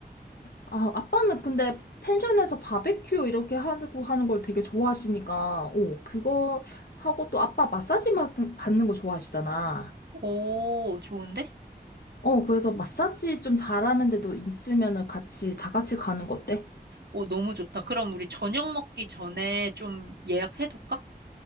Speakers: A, on the left; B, on the right.
A: 아, 아빠는 근데 펜션에서 바베큐 이렇게 하고 하는 걸 되게 좋아하시니까, 오, 그거 하고 또 아빠 마사지 받- 받는 거 좋아하시잖아.
B: 오, 좋은데?
A: 어, 그래서 마사지 좀 잘하는데도 있으면은 같이, 다 같이 가는 거 어때?
B: 오, 너무 좋다. 그럼 우리 저녁 먹기 전에 좀 예약해둘까?